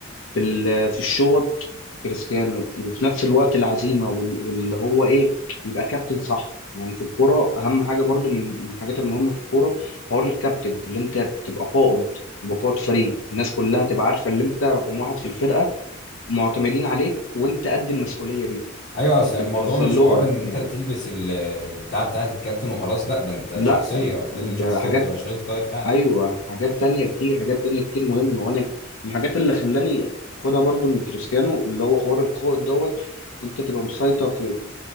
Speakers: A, on the left (about 80°); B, on the left (about 50°).
A: في ال- في الشوط كريستيانو وفي نفس الوقت العزيمه وال- واللي هو ايه يبقى كابتن صح يعني في الكوره اهم حاجه برضو من من الحاجات المهمه في الكوره حوار الكابتن اللي انت تبقى قائد تبقى قائد فريق الناس كلها تبقى عارفه اللي انت رقم واحد في الفرقه ومعتمدين عليك وانت قد المسؤوليه دي
B: ايوه
A: انت
B: اصل الموضوع
A: بتوصل
B: مش
A: لهم
B: حوار ان
A: يعني
B: انت بتلبس ال- البتاع بتاعت الكابتن وخلاص لا ده انت
A: لا
B: شخصية لازم شخصيتك
A: ده حاجات
B: تبقى شخصية قائد
A: ايوه حاجات تانية كتير حاجات تانية كتير مهمة وانا من الحاجات اللي خلاني خدها برضو من كريستيانو اللي هو حوار القائد دوت انت تبقى مسيطر في في